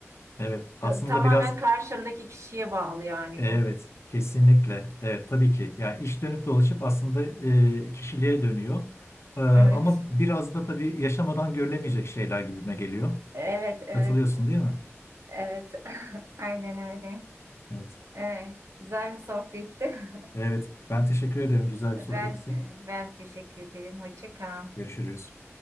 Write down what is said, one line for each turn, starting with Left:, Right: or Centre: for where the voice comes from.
Left: Evet aslında
Right: Ta- tamamen
Left: biraz
Right: karşımdaki kişiye bağlı yani
Left: evet
Right: bu.
Left: kesinlikle evet tabii ki yani iş dönüp dolaşıp aslında e, kişiliğe dönüyor. E, ama
Right: Evet.
Left: biraz da tabii yaşamadan görülemeyecek şeyler gibime geliyor.
Right: Evet, evet.
Left: Katılıyorsun değil mi?
Right: Evet, <laughs> aynen öyle.
Left: Evet.
Right: Ee, güzel bir sohbetti.
Left: Evet
Right: <laughs>
Left: ben teşekkür ederim güzel bir
Right: Ben
Left: sohbetti.
Right: ben teşekkür ederim. Hoşça kal.
Left: Görüşürüz.